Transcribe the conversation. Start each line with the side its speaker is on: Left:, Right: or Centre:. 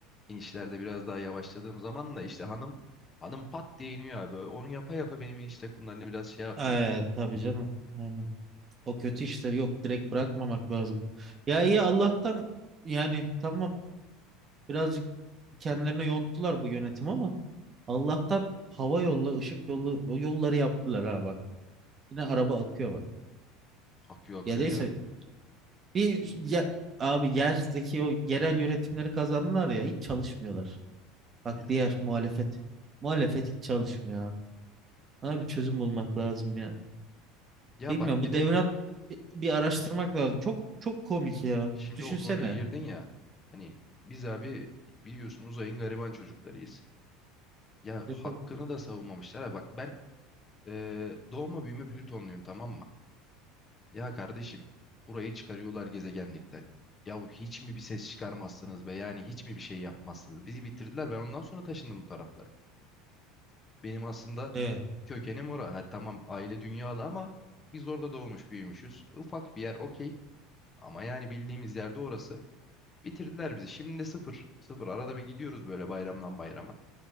Left: İnişlerde biraz daha yavaşladığım zaman da işte hanım hanım pat diye iniyor abi. Onu yapa yapa benim iniş takımlarında biraz şey yaptı.
Right: Evet tabii canım. Aynen. O kötü işler yok direkt bırakmamak lazım. Ya iyi Allah'tan yani tamam birazcık kendilerine yonttular bu yönetim ama Allah'tan hava yolla ışık yolu o yolları yaptılar ha bak. Yine araba akıyor bak.
Left: Akıyor akıyor
Right: Ya neyse
Left: ya.
Right: bir ya, abi yerdeki o yerel yönetimleri kazandılar ya hiç çalışmıyorlar. Bak
Left: Ya
Right: diğer muhalefet. Muhalefet hiç çalışmıyor abi. Bana bir çözüm bulmak lazım ya.
Left: ya
Right: Bilmiyorum
Left: bak bir
Right: bu
Left: de
Right: devran bir, bir araştırmak lazım. Çok çok komik ya.
Left: şimdi
Right: Düşünsene.
Left: o konuya girdin ya. Hani biz abi biliyorsun uzayın gariban çocuklarıyız. Ya
Right: E,
Left: hakkını
Right: tabii.
Left: da savunmamışlar. Ha bak ben eee, doğma büyüme Plütonluyum tamam mı? Ya kardeşim burayı çıkarıyorlar gezegenlikten. Ya hiç mi bir ses çıkarmazsınız be? Yani hiç mi bir şey yapmazsınız? Bizi bitirdiler. Ben ondan sonra taşındım bu taraflara. Benim aslında
Right: Evet.
Left: Kökenim orada, Ha, tamam aile dünyalı ama biz orada doğmuş büyümüşüz. Ufak bir yer okey. Ama yani bildiğimiz yerde orası. Bitirdiler bizi. Şimdi de sıfır. Sıfır. Arada bir gidiyoruz böyle bayramdan bayrama.